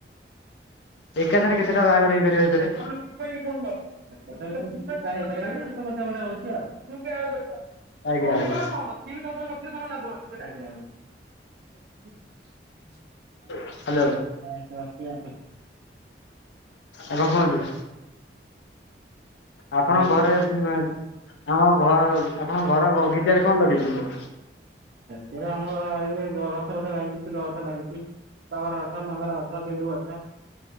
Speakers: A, on the right; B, on the left.
A: <unintelligible>
B: ଏକାଥରେ କେତେଟା ବାହାଘର ହେଇପାରିବ ସେଥିରେ?
A: କେତେ ଗୋଟେ ହଉଛି ଆଉ
B: ଆଜ୍ଞା ଆଜ୍ଞା
A: <unintelligible> ଆଜ୍ଞା ଆଜ୍ଞା
B: ହ୍ୟାଲୋ
A: <unintelligible>
B: ଆଉ କଣ କୁହନ୍ତୁ? ଆପଣଙ୍କ
A: ଆଉ
B: ଘରେ ଆମ ଘ ଆପଣଙ୍କ ଘର ବଗିଚାରେ କଣ ଲଗେଇଚ?
A: କେବଳ ଆମର ଏଇ ଛ ଅଛ ଲାଗିଛି ଫୁଲ ଗଛ ଲାଗିଛି, ଟଗର ଅଛ ମନ୍ଦାର ଗଛ, ଗେଣ୍ଡୁ ଗଛ।